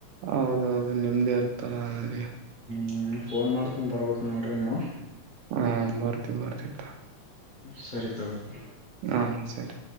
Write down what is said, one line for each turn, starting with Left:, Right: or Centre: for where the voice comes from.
Right: ಹೌದೌದು ನಿಮ್ದೇ. <inaudible>
Left: ಹೂಂ ಫೋನ್ ಮಾಡ್ತೀನಿ ಬರಬೇಕು ನೋಡಿರಿ ನೀವು.
Right: ಹಾ ಬರ್ತಿವಿ ಬರ್ತಿವಿ ತಾ.
Left: ಸರಿ ತಗೋಪ್ಪಾ.
Right: ಹಾ ಸರಿ.